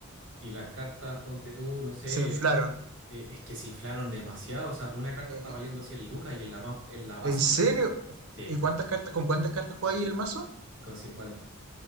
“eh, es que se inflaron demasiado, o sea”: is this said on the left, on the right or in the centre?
Right